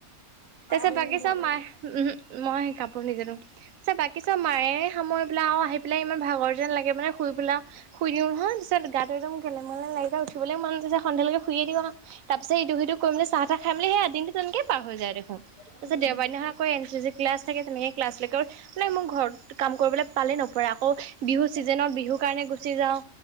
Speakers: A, on the right; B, on the left.
A: তাৰপিছত
B: ধুই
A: বাকি
B: নিদিয়ে
A: চব মাই। উমহো, মই কাপোৰ নিজে ধুম, <unintelligible> বাকী চব মায়ে সামৰি পেলাই আৰু আহি পেলাই ইমান ভাগৰ যেন লাগে মানে শুই পেলাও শুই দিও। তাৰপিছত গাটো একদম খেলি মেলি লাগি যায়, উঠিবলেই মন তাৰপিছত সন্ধ্যালৈকে শুইয়ে দিও আও, তাৰপিছ ইটো-সিটো কৰি মেলি চাহ-তাহ খাই মেলি সেইয়া দিনটো তেনেকে পাৰ হৈ যায় দেখোন।
B: উম
A: তাৰপিছত দেওবাৰ দিনাখন আকৌ এন চি চি ক্লাছ থাকে, তেনেকে ক্লাছলৈকে মানে মোৰ ঘৰত কাম কৰিবলৈ পালে নপৰে আক। আকৌ বিহু চিজেনত বিহু কাৰণে গুচি যাওঁ।